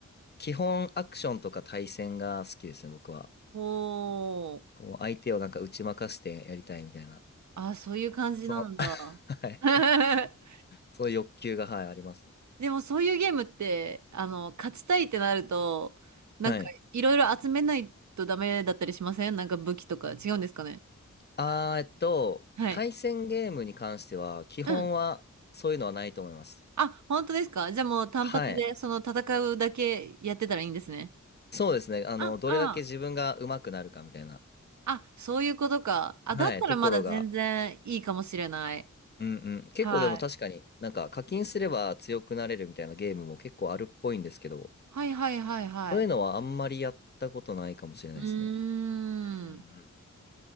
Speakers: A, on the left; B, on the right.
A: 基本、アクションとか対戦が好きですね、僕は。
B: おー、
A: こう、相手をなんか打ち負かしてやりたいみたいな。
B: ああ、そういう感じなんだ。
A: その <laughs> はい。
B: <laughs>
A: そういう欲求が、はい、ありますね。
B: でもそういうゲームって、あの、勝ちたいってなると、なんかいろいろ集めないとダメだったりしませんなんか武器とか違うんですかね
A: はい。あー、えっと、
B: はい。
A: 対戦ゲームに関しては、基本はそういうのはないと思います。
B: うん。あ、本当ですかじゃあもう単発でその戦うだけやってたらいいんですね。
A: はい。そうですね。あの、
B: あ、
A: どれだけ自分が上手くなるかみたいな、
B: あ、あ、そういうことか。あ、
A: はい、
B: だったらまだ全然いいかもしれない。
A: ところがうんうん。結構でも確かになんか課金すれば強くなれるみたいなゲームも結構あるっぽいんですけど、
B: はい。はいはいはいはい。
A: そういうのはあんまりやったことないかもしれないですね。
B: うーん。
A: うんうんうん。